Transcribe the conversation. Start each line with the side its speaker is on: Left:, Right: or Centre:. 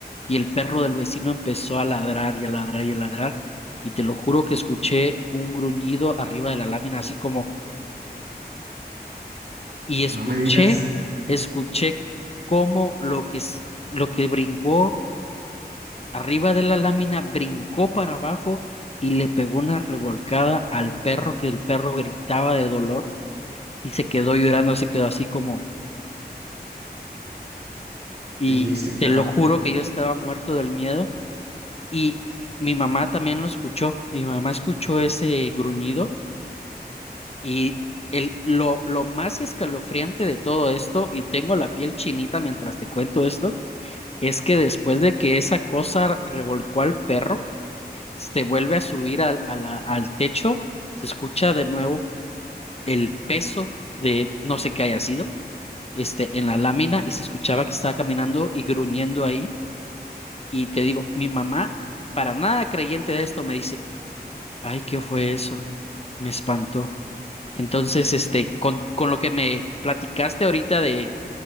Left: y el perro del vecino empezó a ladrar y a ladrar y a ladrar. Y te lo juro que escuché un gruñido arriba de la lámina, así como, y
Right: No
Left: escuché,
Right: me digas.
Left: escuché cómo lo que, s- lo que brincó arriba de la lámina brincó para abajo y le pegó una revolcada al perro, que el perro gritaba de dolor y se quedó llorando, se quedó así como, y
Right: Sí, sí, claro.
Left: te lo juro que yo estaba muerto del miedo y mi mamá también lo escuchó, mi mamá escuchó ese gruñido y el, lo, lo más escalofriante de todo esto, y tengo la piel chinita mientras te cuento esto, es que después de que esa cosa revolcó al perro, se vuelve a subir al, a la- al techo, se escucha de nuevo el peso de no sé qué haya sido este, en la lámina y se escuchaba que estaba caminando y gruñendo ahí. Y te digo, mi mamá, para nada creyente de esto, me dice, ay, ¿qué fue eso? Me espantó. Entonces, este, con, con lo que me platicaste ahorita de,